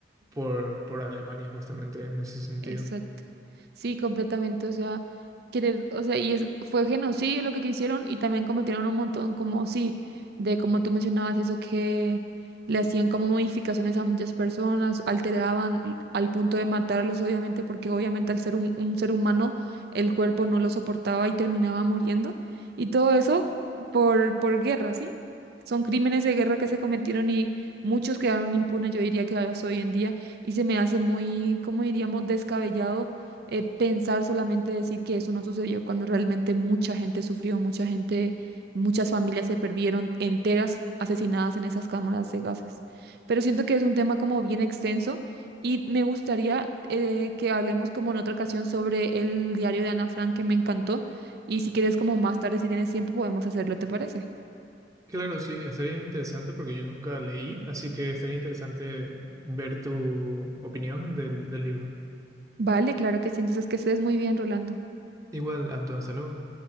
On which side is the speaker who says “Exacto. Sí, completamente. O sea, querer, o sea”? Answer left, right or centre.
Right